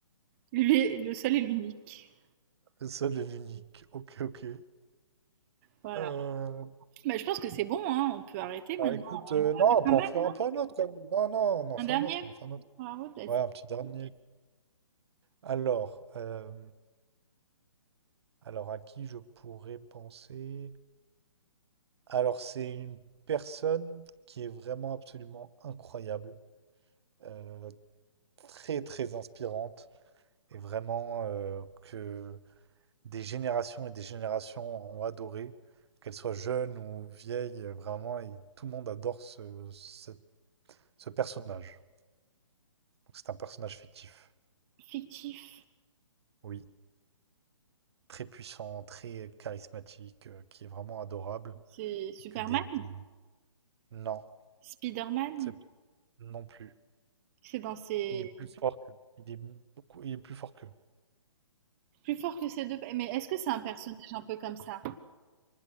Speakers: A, on the right; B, on the right.
A: Lui est le seul et l'unique.
B: le seul et l'unique. Ok, ok.
A: Voilà.
B: Euh,
A: Bah, je pense que c'est bon, hein, on peut arrêter maintenant.
B: bah, écoute,
A: On
B: euh,
A: en a
B: non,
A: fait
B: on
A: pas
B: peut
A: mal,
B: en faire
A: non?
B: un peu un autre quand même. Non, non, on en
A: Un
B: fait
A: dernier?
B: un autre, on en fait un autre.
A: Poirot, vas-y.
B: Ouais, un petit dernier. Alors, euh, alors à qui je pourrais penser? Alors, c'est une personne qui est vraiment absolument incroyable, euh, très très inspirante, et vraiment euh, que des générations et des générations ont adoré, qu'elle soit jeune ou vieille, euh, vraiment, et tout le monde adore ce, cette- ce personnage. Donc, c'est un personnage fictif,
A: Fictif.
B: oui, très puissant, très charismatique, euh, qui est vraiment adorable,
A: C'est Superman?
B: et que des... des- Non,
A: Spider-Man?
B: c'est non plus.
A: C'est dans ses...
B: Il est plus fort que... Il est beaucoup... Il est plus fort qu'eux.
A: Plus fort que ces deux... Mais est-ce que c'est un personnage un peu comme ça?